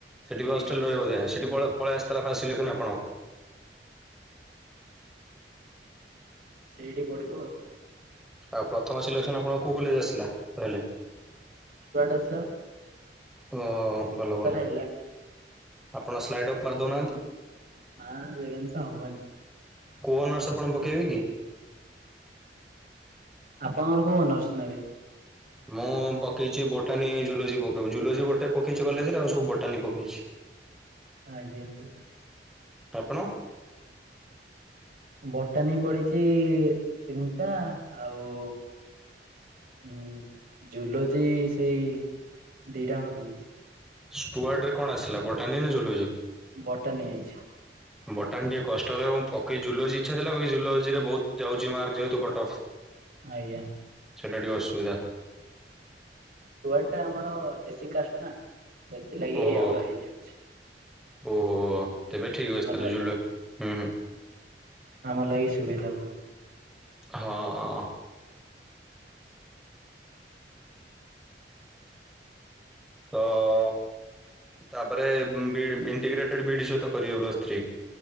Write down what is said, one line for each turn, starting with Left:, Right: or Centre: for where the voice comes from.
Centre: ସେଠି ବି
Right: ଆଜ୍ଞା
Centre: ହଷ୍ଟେଲ ରହିବ ବୋଧେ ସେଠି ପଳ ପଳା ଆସଥେଲା ଫାଷ୍ଟ ସିଲେକ୍ସନ୍ ଆପଣ
Right: ସେଇଡି ପଢ଼ିବୁ ଆଉ
Centre: ଆଉ ପ୍ରଥମ ସିଲେକ୍ସନ ଆପଣଙ୍କ କୋଉ କଲେଜ ଆସିଲା ତାହେଲେ
Right: ଷ୍ଟୁଆଟ ଆସଲା
Centre: ଓଓ ଭଲ ଭଲ
Right: ହେଲାନି
Centre: ଆପଣ ସ୍ଲାଇଡ ଅଫ୍ ମାରଦଉନାହାନ୍ତି
Right: ଆଁ ଏଇନେ ତ ହବନି
Centre: କୋ ଅନର୍ସ ଆପଣ ପକେଇବେ କି?
Right: ଆପଣଙ୍କର କୋଉ ଅନର୍ସ ନେବେ?
Centre: ମୁଁ ପକେଇଛି ବୋଟାନୀ ଜୁଲୋଜି ପକଉଚ ଜୁଲୋଜି ଗୋଟେ ପକେଇଛି କଲେଜ ରେ ଆଉ ସବୁ ବୋଟାନୀ ପକେଇଛି
Right: ଆଜ୍ଞା <unintelligible>
Centre: ତ ଆପନ
Right: ବଟାନୀ ପଡିଛି ତିନିଟା ଆଉ ହୁଁ ଜୁଲୋଜି ସେଇ ଦିଟା ହଣ ପକେଇଛି
Centre: ଷ୍ଟୁଆର୍ଟ ରେ କଣ ଆସିଲା ବଟାନି ନା ଜୁଲୋଜି?
Right: ବଟାନୀ ଆଇଚି
Centre: ବଟାନ ଟିକେ କଷ୍ଟରେ ଏବଂ ପକେଇ ଜୁଲୋଜି ଇଛାଥିଲା ବାକି ଜୁଲୋଜି ରେ ବହୁତ ଯାଉଛି ମାର୍କ ଯେହେତୁ କଟ ଅଫ୍
Right: ଆଇଜ୍ଞା
Centre: ସେଟା ଟିକେ ଅସୁବିଧା
Right: ଷ୍ଟୁଆଟ ଟା ଆମର ଏସି କାଷ୍ଟ ନା ତ ଏଥିଲାଗି
Centre: ଓହୋ
Right: ଆମର ହେଇଯିଉଛି।
Centre: ଓହୋ ତେବେ ଠିକ୍
Right: ଆମ
Centre: ଅଛି ତାହେଲେ
Right: ଲା
Centre: ଜୁଲୋ ହୁଁ ହୁଁ
Right: ଆମର ଲାଗି ସୁବିଧା ବହୁତ
Centre: ହଁଁ ଅ ତ ଅ ତାପରେ ଉଁ ବି ଇଣ୍ଟିଗ୍ରେଟେଡ ବିଇଡି ସହିତ କରିବେ ପ୍ଲସଥ୍ରୀ।